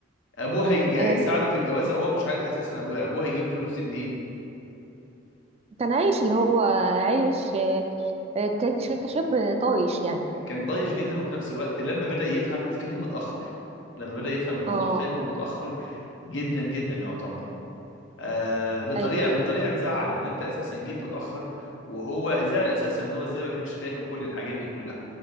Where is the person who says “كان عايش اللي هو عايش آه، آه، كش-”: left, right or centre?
Right